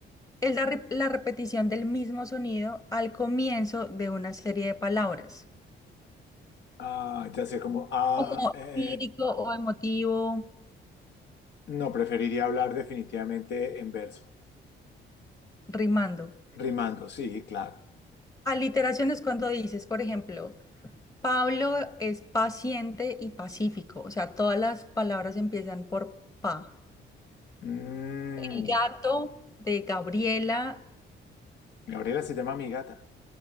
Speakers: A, on the left; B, on the left.
A: Es la, re- la repetición del mismo sonido al comienzo de una serie de palabras,
B: Ah, ya sé, como, ah,
A: como
B: eh,
A: lírico o emotivo,
B: no, preferiría hablar definitivamente en verso.
A: rimando.
B: Rimando, sí, claro.
A: Aliteración es cuando dices, por ejemplo, Pablo es paciente y pacífico, o sea, todas las palabras empiezan por pa.
B: Mm,
A: El gato de Gabriela,
B: Gabriela se llama mi gata.